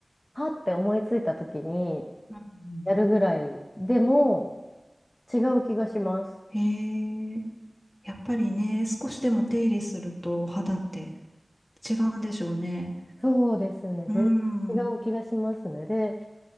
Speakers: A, on the left; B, in the centre.
A: はって思いついた時に
B: うんうん
A: やるぐらいでも違う気がします。
B: へえ。やっぱりね、少しでも手入れするとお肌って違うんでしょうね。
A: そうですね。
B: うん。
A: 全然違う気がしますね。で、